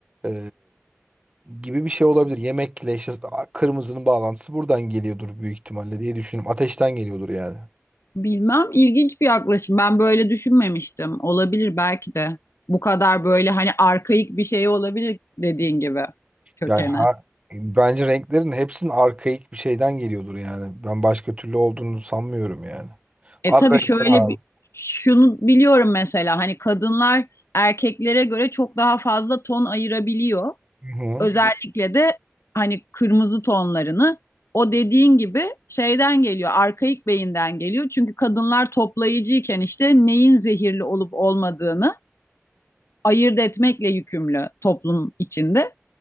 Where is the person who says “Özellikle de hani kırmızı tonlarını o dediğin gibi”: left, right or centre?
Left